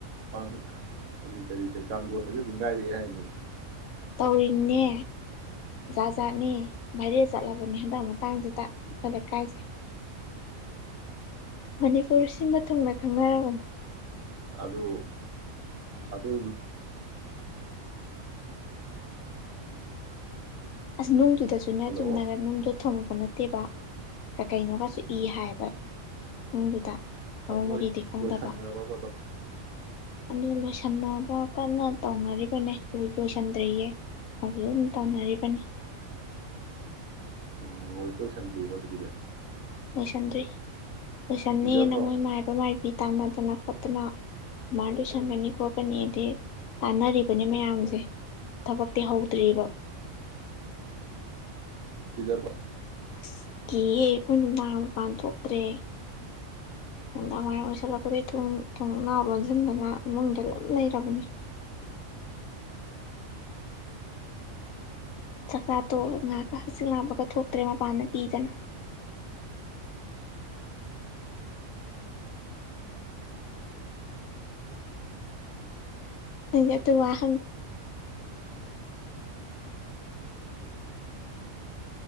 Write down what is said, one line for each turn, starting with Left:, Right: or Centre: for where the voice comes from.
Right: ꯀꯔꯤ ꯀꯔꯤ ꯀꯔꯤ ꯀꯥꯡꯊꯣꯟꯒꯁꯨꯗꯤ ꯉꯥꯏꯔꯛꯑꯦ ꯍꯥꯏꯅꯤ
Left: ꯇꯧꯔꯤꯅꯦ ꯖꯥꯠꯖꯥꯠꯅꯤ ꯚꯥꯏꯔꯦ ꯆꯠꯂꯕꯅꯦ ꯍꯟꯗꯛ ꯇꯥꯡ ꯆꯦꯗ ꯗ ꯀꯥꯏꯖꯩ ꯃꯅꯤꯄꯨꯔꯁꯤꯃꯊ ꯈꯪꯅꯔꯕꯅꯤ
Right: ꯑꯗꯨ ꯑꯗꯨ
Left: ꯑꯁꯅꯨꯡ ꯑꯗꯨꯁꯨꯅꯦ
Right: ꯍꯜꯂꯣ
Left: ꯆꯨꯝꯅꯒꯅꯦ ꯅꯨꯡꯗꯣ ꯊꯝꯃꯛ <unintelligible> ꯇꯦꯕ ꯀ ꯀꯩꯅꯣꯒꯁꯨ ꯏ ꯍꯥꯏꯕ ꯅꯨꯡꯗꯨꯗ ꯃꯔꯧ
Right: ꯑ ꯂꯣꯏ
Left: ꯃꯔꯤꯗꯤ ꯈꯪꯗꯕ
Right: ꯂꯣꯏꯁꯤꯟꯒꯔꯕꯕ ꯑꯗꯣ
Left: ꯑꯗꯨ ꯂꯣꯏꯁꯟꯅꯕ ꯀꯟꯅ ꯇꯧꯅꯔꯤ ꯕꯅꯦ ꯂꯣꯏ ꯂꯣꯏꯁꯟ <unintelligible> ꯇꯥꯟꯅꯔꯤꯕꯅꯦ
Right: ꯎꯝ ꯍꯣꯏ ꯂꯣꯏꯁꯟꯗꯔꯤꯌꯦꯕ <unintelligible>
Left: ꯂꯣꯏꯁꯟꯗꯔꯤ ꯂꯣꯏꯁꯟꯅꯦꯅ
Right: ꯀꯤꯖꯗ꯭ꯔꯣ
Left: ꯃꯣꯏ ꯃꯥꯏꯕ ꯃꯥꯏꯕꯤ ꯇꯥꯟꯅ ꯗꯅ ꯈꯣꯠꯇꯅ ꯀꯃꯥꯏꯅ ꯂꯣꯏꯁꯟꯒꯅꯤ ꯈꯣꯠꯀꯅꯤ ꯑꯗꯩ ꯇꯥꯅꯔꯤꯕꯅꯤ ꯃꯌꯥꯝꯁꯦ ꯊꯕꯛꯇꯤ ꯍꯧꯗ꯭ꯔꯤꯌꯦꯕ
Right: ꯀꯤꯖꯕꯔꯣ
Left: ꯑꯁ ꯀꯤꯑꯦ ꯑꯩꯈꯣꯏ ꯅꯨꯡꯗꯥꯡ ꯃꯄꯥꯟ ꯊꯣꯛꯇ꯭ꯔꯦ ꯅꯨꯡꯗꯥꯡ ꯋꯥꯏꯔꯝ ꯑꯣꯏꯁꯤꯜꯂꯛꯄꯗꯩ ꯇꯨꯝ ꯊꯣꯡꯅꯥꯎ ꯂꯣꯟꯁꯤꯟꯗꯅ ꯏꯃꯨꯡꯗ ꯗꯨꯝ ꯂꯩꯔꯕꯅꯤ ꯆꯥꯛꯆꯥ ꯇꯣꯛꯑꯒ ꯉꯍꯥꯛꯀ ꯍꯛꯆꯤꯛ ꯂꯥꯡꯕꯒ ꯊꯣꯛꯇ꯭ꯔꯦ ꯃꯄꯥꯟꯗ ꯀꯤꯗꯅ ꯅꯤꯡꯖꯨ ꯑꯗꯨ ꯋꯥꯍꯪ